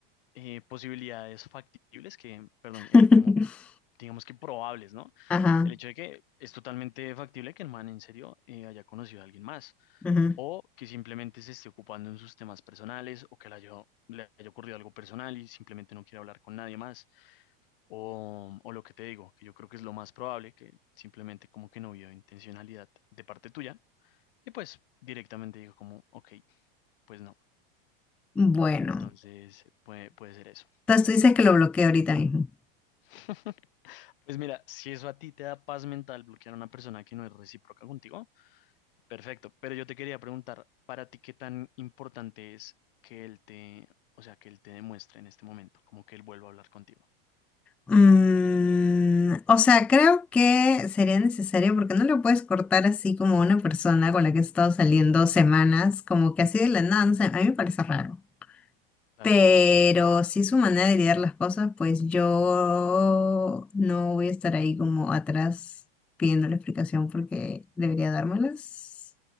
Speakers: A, on the left; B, in the centre.
A: eh, posibilidades factibles que, perdón, eh,
B: <laughs>
A: como digamos que probables, ¿no?
B: Ajá,
A: El hecho de que es totalmente factible que el man en serio eh, haya conocido a alguien más,
B: ajá.
A: o que simplemente se esté ocupando en sus temas personales, o que le haya, le haya ocurrido algo personal y simplemente no quiera hablar con nadie más, o, o lo que te digo, que yo creo que es lo más probable, que simplemente como que no vio intencionalidad de parte tuya, y pues directamente digo como, ok, pues no.
B: Bueno,
A: Entonces, puede, puede ser eso.
B: entonces tú dices que lo bloqueo ahorita mismo.
A: <laughs> Pues mira, si eso a ti te da paz mental bloquear a una persona que no es recíproca contigo, perfecto. Pero yo te quería preguntar, ¿para ti qué tan importante es que él te, o sea, que él te demuestre en este momento, como que él vuelva a hablar contigo?
B: Mm, o sea, creo que sería necesario porque no lo puedes cortar así como una persona con la que he estado saliendo
A: <laughs>
B: semanas, como que así de la nada, no sé, a mí me parece raro.
A: Claro,
B: Pero
A: claro.
B: si es su manera de lidiar las cosas, pues yo no voy a estar ahí como atrás pidiendo la explicación porque debería dármelas.